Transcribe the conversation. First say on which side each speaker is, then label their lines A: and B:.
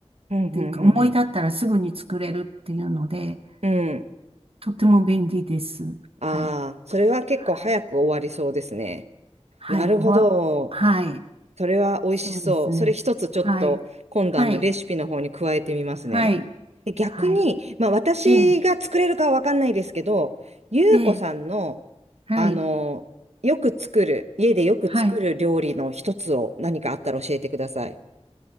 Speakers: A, on the right; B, on the right.
A: うん、うん、
B: ていうか、思い立ったらすぐに作れるっていうので、
A: うん。うん
B: とても便利です。
A: ああ、
B: はい、
A: それは結構早く終わりそうですね。
B: はい、はい、
A: なるほど。
B: おわ、はい、
A: それは美味しそう。
B: そうですね。
A: それ一つちょっと今度あのレシピの方に加えてみますね。
B: はい、はい、はい、
A: で逆に、
B: はい、
A: まあ私が作れるかはわかんないですけど、
B: ええ、
A: ゆうこさんの、
B: ええ、はい、
A: あの、よく作る、家でよく作る料理の一つを何かあったら教えてください。
B: はい。